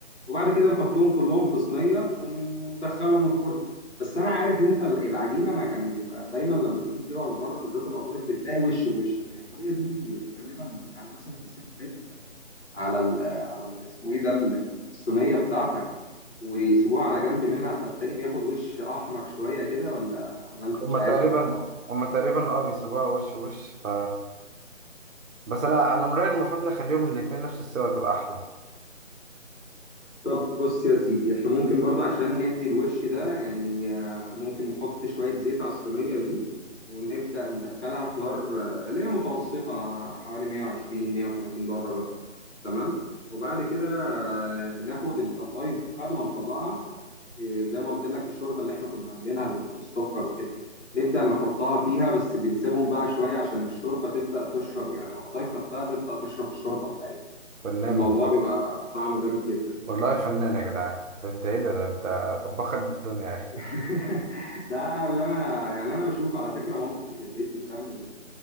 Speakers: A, on the left (about 60°); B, on the right (about 80°).
A: وبعد كده نحطهم كلهم في صينية ون- وندخلهم الفرن بس انا عارف انت ال- العجينة انا كان بيبقى دايما لما بنيجي نجيبها من بره بالذات القطايف بتلاقي وش وش هي الطريقة دي غالبا بي- يعني مثلا بيسيبوا حتة على ال على ال اسمه ايه ده ال- الصينيه بتاعتك ويسيبوها على جنب منها فالتاني بياخد وش احمر شويه كده ولا ولا انت
B: هما
A: مش عارف
B: تقريبا
A: الموضوع ده
B: هما تقريبا اه بيسيبوها وش وش ف... بس انا انا من رأيي المفروض نخليهم الاتنين نفس السوا تبقى احلى
A: طب بص يا سيدي احنا ممكن برضو عشان ندي الوش ده يعني آه، ممكن نحط شويه زيت على الصينيه دي ونبدا ندخلها في نار آه، اللي هي متوسطه حوالي 120 130 درجه تمام وبعد كده آه، ناخد القطايف بعد ما نطلعها آه، زي ما قلت لك الشوربه اللي احنا كنا عاملينها بال- بالسكر وكده نبدا نحطها فيها بس بنسيبهم بقى شويه عشان الشوربه تبدا تشرب يعني القطايف نفسها تبدا تشرب الشوربه بتاعتها
B: فنان
A: الموضوع
B: والله
A: بيبقى طعمه جامد جدا
B: والله فنان يا
A: بس
B: جدعان ده انت ايه ده ده انت طباخ قد الدنيا يا اخي
A: <laughs> ده اللي انا يعني انا بشوف على فكره مامتي في البيت بتعمل ال-